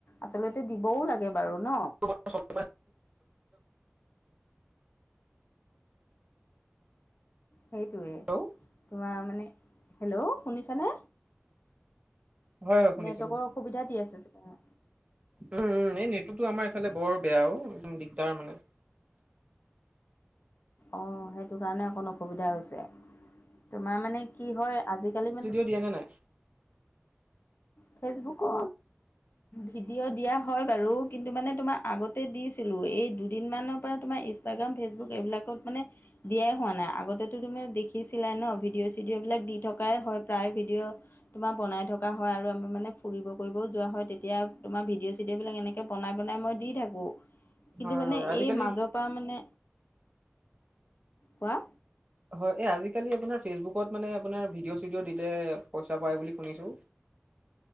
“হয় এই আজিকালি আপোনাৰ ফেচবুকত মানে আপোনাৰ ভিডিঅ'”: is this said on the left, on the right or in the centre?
Right